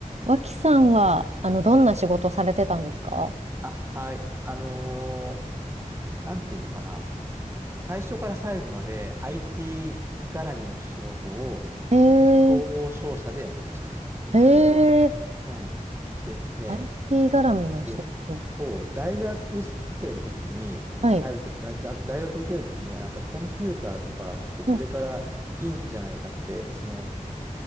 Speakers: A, on the right (about 50°); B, on the right (about 20°).
A: 脇さんは、あの、どんな仕事されてたんですか
B: あ、はい。あのーなんていうのかな。最初から最後まで IT 絡みの仕事を
A: へえ、
B: 総合商社でやってました。
A: へえ、
B: 実は。うん。でね、
A: IT 絡みの仕事。
B: そう、そう大学生の時に入ると、
A: はい。
B: が、が、大学受ける時に、あなんかコンピューターとかってこれからいいんじゃないかって、
A: うん、
B: その